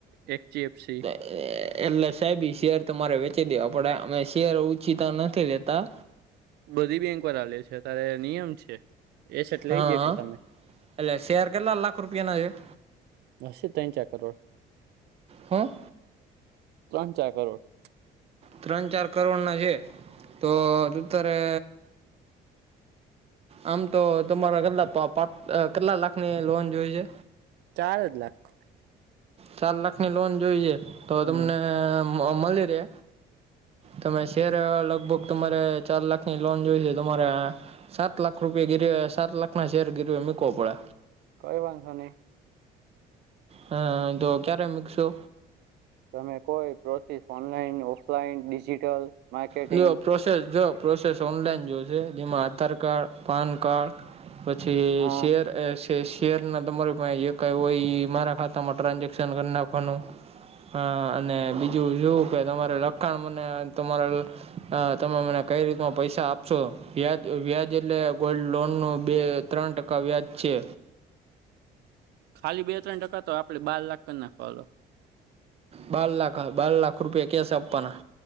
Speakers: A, on the right; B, on the right.
A: H D F C
B: એટલે સાહેબ ઈ શેર તમારે વેચી દેવા પડે, અમે શેર ઓછીતા નથી લેતા
A: બધી બેંક વાર લે છે, ત્યારે નિયમ છે. એસેટ લઈ
B: હા,
A: જકો તમે
B: એટલે શેર કેટલા લાખ રૂપિયાના એક?
A: અસે ત્રણ ચાર કરોડ,
B: હું
A: ત્રણ ચાર કરોડ
B: ત્રણ ચાર કરોડના છે, તો અત્યારે આમ તો તમારે કેટલા પા કેટલા લાખની લોન જોઈ છે?
A: ચાર જ લાખ
B: ચાર લાખની લોન જોઈએ, તો
A: હમ
B: તમને મળી રે તમે શેર લગભગ તમારે ચાર લાખની લોન જોઈ છે તમારે સાત લાખ રૂપિયા ગીરવી, સાત લાખના શેર ગીરવી મુકવો પડે
A: કઈ વાંધો નઈ
B: હા, તો ક્યારે મૂકશો?
A: તમે કોઈ process online, offline, digital marketing
B: જો પ્રોસેસ જો પ્રોસેસ ઓનલાઈન જોશે જેમાં આધાર કાર્ડ પાન કાર્ડ પછી
A: હા
B: શેર તે શેરના તમારી પાહે જે કાઈ હોય ઈ મારા ખાતામાં ટ્રાન્ઝેક્શન કર નાખવાનું હા અને બીજું જોવું કે તમારે <unintelligible> અને તમારા હ તમે મને કઈ રીતમાં પૈસા આપશો વ્યાજ વ્યાજ એટલે ગોલ્ડ લોનનું બે ત્રણ ટકા વ્યાજ છે.
A: ખાલી બે-ત્રણ ટકા તો આપડે બાર લાખ કર નાખો હાલો.
B: બાર લાખ બાર લાખ રૂપિયા કેશ છે આપવાના